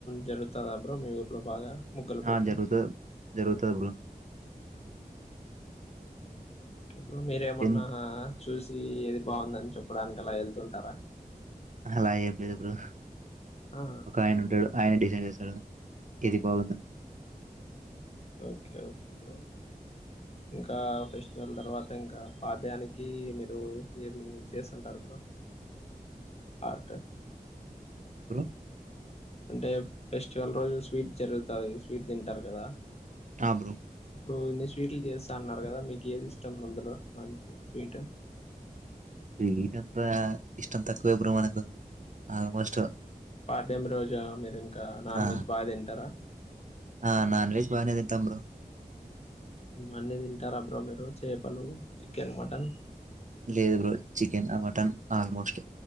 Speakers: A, on the left (about 45°); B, on the right (about 55°).
A: జరుగుతదా బ్రో మీ ఊర్లో బాగా ముగ్గుల పోటీ
B: ఆ జరుగుతాది జరుగుతది బ్రో
A: ఇప్పుడు మీరేమన్నా
B: ఎన్
A: చూసి ఏది బాగుందని చెప్పడానికి అలా వెళ్తుంటారా
B: అలా ఏంలేదు బ్రో
A: ఆ
B: ఒక ఆయన ఉంటాడు ఆయన డిసైన్ చేస్తాడు ఎది బాగుందని
A: ఓకే ఓకే బ్రో ఇంకా ఫెస్టివల్ తర్వాత ఇంకా పాఠ్యానికి మీరు ఏమి చేస్తుంటారు బ్రో ఆట్
B: హలో
A: అంటే ఫెస్టివల్ రోజు స్వీట్ జరుగుతది స్వీట్ తింటారు కదా
B: హా బ్రో
A: ఇప్పుడు ఇన్ని స్వీట్లు చేస్తా అన్నారు కదా మీకు ఏది ఇష్టం అందులో మంచిగా స్వీట్
B: రీట్ అంత ఇష్టం తక్కువ బ్రో మనకు ఆల్మోస్ట్
A: పాదమి రోజా మీరు ఇంకా నాన్
B: ఆ
A: వెజ్ బాగా తింటారా
B: ఆ నాన్ వెజ్ బానే తింటాం బ్రో
A: అన్ని తింటారుా బ్రో మీరు చేపలు చికెన్ మటన్
B: లేదు బ్రో చికెన్ ఆ మటన్ ఆల్మోస్ట్